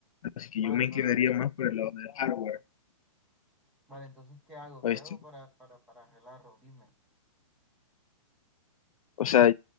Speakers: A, on the left (about 90°); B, in the centre.
A: Así que
B: Vale,
A: yo me inclinaría
B: pero,
A: más por el lado del hardware,
B: vale, entonces, ¿qué hago?
A: ¿viste?
B: ¿Qué hago para, para, para arreglarlo? Dime.
A: O sea,